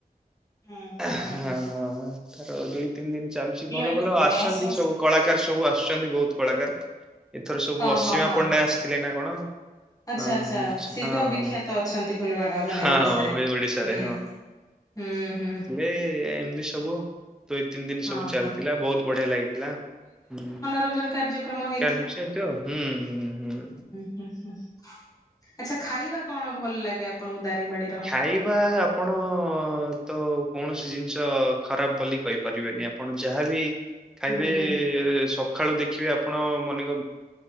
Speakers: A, on the left; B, in the centre.
A: ହୁଁ ହୁଁ
B: ହାଂ
A: ହୁଁ ହୁଁ
B: ହଁ ତାର ଦୁଇ ତିନି ଦିନି ଚାଲୁଛି ଭଲ
A: ଏକ
B: ଭଲ
A: ପ୍ରୟାସ।
B: ଆସୁଛନ୍ତି ସବୁ କଳାକାର ସବୁ ଆସୁଛନ୍ତି ବହୁତୁ କଳାକାର। ଏଥର ସବୁ
A: ହଁ
B: ଅସୀମା
A: ହଁ ହଁ
B: ପଣ୍ଡା ଆସିଥିଲେ ନା କଣ?
A: ଆଚ୍ଛା
B: ହଁ
A: ଆଚ୍ଛା
B: ହଁ
A: ସିଏ
B: ହଁ
A: ତ
B: ହଁ
A: ବିଖ୍ୟାତ ଅଛନ୍ତି ଫୁଲୁବାର ମାନେ
B: ହଁ
A: ଓଡିଶାରେ
B: ଏଇ ଓଡିଶାରେ
A: ହୁଁ। ହୁଁ ହୁଁ।
B: ଏ ଏମିତି ସବୁ। ଦୁଇ ତିନି ଦିନି
A: ହଁ
B: ସବୁ ଚାଲିଥିଲା
A: ହଁ
B: ବହୁତ୍ ବଢିଆ ଲାଗିଥିଲା ହୁଁ।
A: ରଞନ କାର୍ଯ୍ୟକ୍ରମ ହେ
B: କ୍ୟାନଛ ତ ହୁଁ ହୁଁ।
A: ଆଛା ଖାଇବା କଣ ଭଲ ଲାଗେ ଆପଣଙ୍କୁ ଦାରିଙ୍ଗବାଡିର?
B: ଖାଇବା ଆପଣ ତ କୌଣସି ଜିନିଷ ଖରାପ ବୋଲି କହିପାରିବେନି ଆମେ। ଆପଣ ଯାହାବି ଖାଇବେ
A: ହୁଁ ହୁଁ।
B: ସକାଳୁ ଦେଖିବେ ଆପଣ ମନେର